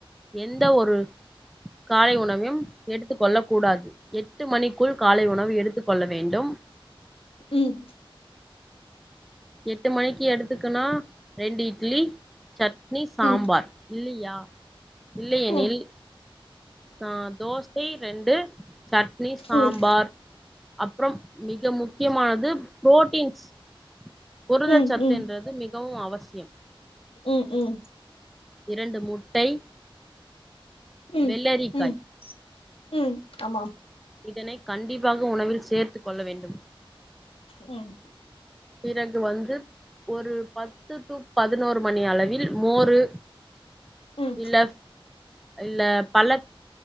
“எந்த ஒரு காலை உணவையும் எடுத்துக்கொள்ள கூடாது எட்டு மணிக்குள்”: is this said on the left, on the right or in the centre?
Centre